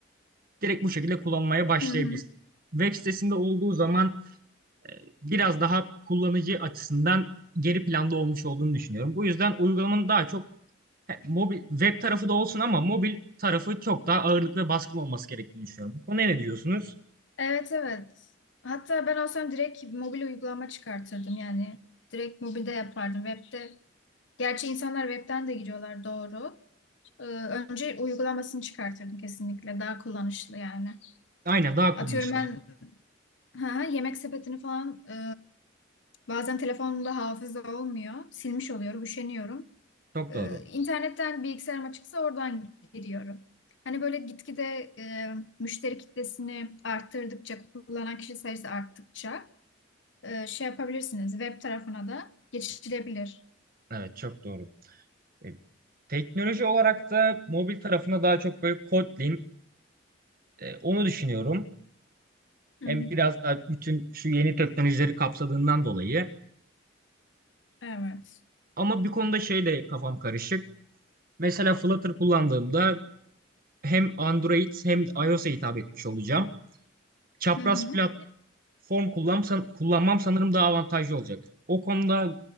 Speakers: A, on the right (about 45°); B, on the left (about 65°).
A: Direkt bu şekilde kullanmaya başlayabilsin.
B: hı. hı.
A: Web sitesinde olduğu zaman e, biraz daha kullanıcı açısından geri planda olmuş olduğunu düşünüyorum. Bu yüzden uygulamanın daha çok he, mobil web tarafı da olsun ama mobil tarafı çok daha ağırlık ve baskın olması gerektiğini düşünüyorum. Bu konuya ne diyorsunuz?
B: Evet evet. Hatta ben olsam direkt mobil uygulama çıkartırdım yani. Direkt mobilde yapardım. Web'de. Gerçi insanlar web'ten de giriyorlar doğru. Ee, önce uygulamasını çıkartırdım kesinlikle. Daha kullanışlı yani.
A: Aynen daha kullanışlı.
B: Atıyorum ben ha, yemek sepetini falan e, bazen telefonumda hafıza olmuyor. Silmiş oluyorum, üşeniyorum.
A: Çok
B: Ee,
A: doğru.
B: internetten bilgisayarım açıksa oradan giriyorum. Hani böyle gitgide e, müşteri kitlesini arttırdıkça, kullanan kişi sayısı arttıkça e, şey yapabilirsiniz. Web tarafına da geçilebilir.
A: Evet çok doğru. E, teknoloji olarak da mobil tarafına daha çok böyle Kotlin e, onu düşünüyorum.
B: Hı
A: Hem
B: hı.
A: biraz daha bütün şu yeni teknolojileri kapsadığından dolayı.
B: Evet.
A: Ama bir konuda şey de kafam karışık. Mesela Flutter kullandığımda hem Android hem de iOS'a hitap etmiş olacağım. Çapraz
B: Hı hı.
A: platform kullansam, kullanmam sanırım daha avantajlı olacak. O konuda